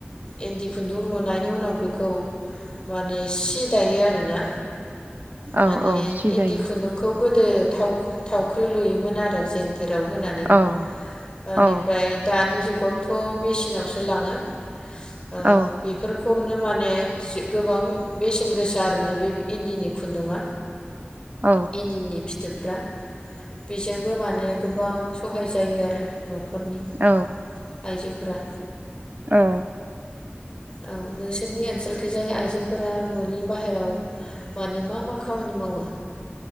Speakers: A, on the left; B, on the right.
A: इन्दि खुन्दुं लुनायनि उनाव बे औमाने सि दायो आरो ना
B: औ
A: माने
B: औ सि
A: इन्दि
B: दायो
A: खुन्दुंखौ गो गोदो थाव थावख्रि लुयोमोन आरो जेन खेराव होनानै
B: औ
A: ओनिफ्राय
B: औ
A: दानि जुग खौथ मेसिनावसो लांङों ओ
B: औ
A: बेफोरखौनो माने सि गोबां बेसेन गोसा आरो ने बे इन्दिनि खुन्दुंङा
B: औ
A: इन्दिनि फि जोप्रा बेजोंबो माने गो गोबां सहाय जायो आरो न'खरनि
B: औ
A: आइजोफोर ब्रा
B: औ
A: औ नोंसोरनि ओनसोलखैजाय आइजोफोरा न'नि बाहेराव माने मा मा खामानि मावो?